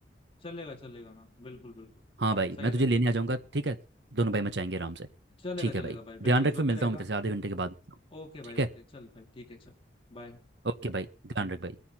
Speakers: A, on the left; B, on the right.
A: चलेगा चलेगा ना बिल्कुल बिल्कुल
B: हाँ भाई
A: सही
B: मैं
A: रहेगा
B: तुझे लेने आ जाऊँगा ठीक है दोनों भाई मचाएंगे आराम से
A: चलेगा
B: ठीक
A: चलेगा
B: है भाई
A: भाई
B: ध्यान
A: बिल्कुल
B: रख
A: जो
B: फिर
A: भी
B: मिलता
A: रहेगा
B: हूँ मैं तेरे से आधे घंटे के बाद मिलता हूँ
A: ओके भाई
B: ठीक
A: ओके
B: है
A: चल भाई ठीक है चल बाय
B: ओके भाई ध्यान रख भाई